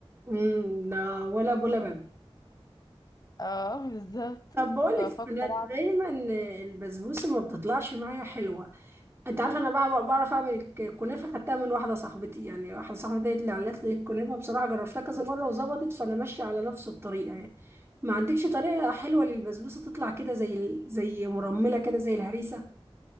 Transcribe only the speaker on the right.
امم ده ولا ابو لبن
طب بقولك
انا دايما البسبوسة ما بتطلعش معايا حلوة انت عارفة انا بقى بعرف اعمل الكنافة خدتها من واحدة صاحبتي يعني واحدة صاحبتي هي اللي علت لي الكنافة بصراحة جربتها كذا مرة وظبطت فانا ماشية على نفس الطريقة يعني ما عندكش طريقة حلوة للبسبوسة تطلع كده زي ال- زي مرملة كده زي الهريسة